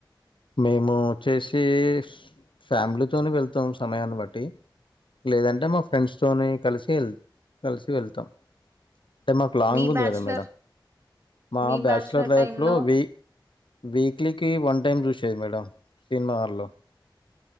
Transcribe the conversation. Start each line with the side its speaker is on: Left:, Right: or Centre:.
Left: మేము వచ్చేసి ఫ్యామిలీతోనే వెళ్తాం సమయాన్ని బట్టి లేదంటే మా ఫ్రెండ్స్ తోని కలిసి వెళ్ కలిసి వెళ్తాం అంటే మాకు లాంగ్
Right: మీ
Left: ఉంది
Right: బ్యాచలర్
Left: కదా మేడం మా
Right: మీ
Left: బ్యాచలర్ లైఫ్లో
Right: టైమ్ లో
Left: వి వీక్లీకి వన్ టైమ్ దృష్ చ్చదు మేడం సినిమా హాల్లో